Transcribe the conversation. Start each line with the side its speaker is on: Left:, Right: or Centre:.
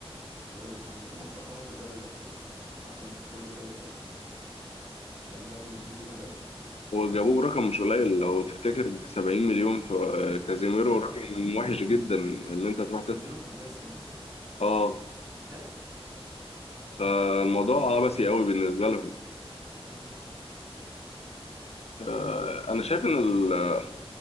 Right: في في, في ماتشات معانا في الدوري الاسباني حتى مش في كل الدوري الاسباني مش لعيب دوري انجليزي ابدا
Left: وجابوه برقم مش قليل لو تفتكر 70 مليون في كازيميرو
Right: يا
Left: رقم وحش جدا ان انت تروح
Right: كازيميرو
Left: تدفع
Right: كان جايب 70 مليون
Left: اه
Right: ده
Left: فالموضوع عبثي قوي بالنسبة لهم
Right: امم
Left: آه، انا شايف ان ال-